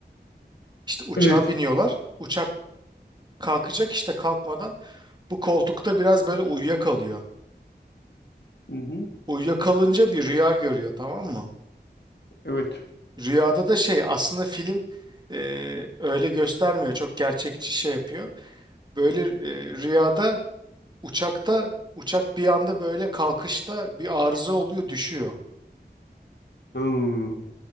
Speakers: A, on the right; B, on the left.
A: İşte uçağa
B: Evet.
A: biniyorlar. Uçak kalkacak işte kalkmadan bu koltukta biraz böyle uyuyakalıyor.
B: Hı hı.
A: Uyuyakalınca bir rüya görüyor tamam mı?
B: Evet.
A: Rüyada da şey aslında film e, öyle göstermiyor. Çok gerçekçi şey yapıyor. Böyle e, rüyada Uçakta uçak bir anda böyle kalkışta bir arıza oluyor düşüyor.
B: Hmm.